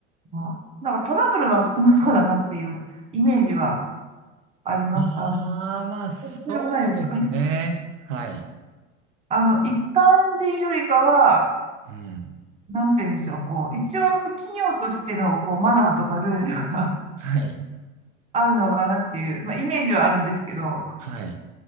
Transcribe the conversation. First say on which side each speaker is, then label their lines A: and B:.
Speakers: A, on the right; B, on the right.
A: まあなんかトラブルは少なそうだなっていうイメージはあります。
B: ああ、
A: あの、
B: まあ、そうですね。
A: それもないですかはい
B: はい。
A: あの、一般人よりかは、
B: うん。
A: なんて言うんでしょう、こう、一応企業としての、こう、マナーとかルールが
B: はい。
A: <laughs> あるのかなっていう、まあ、イメージはあるんですけど、
B: はい。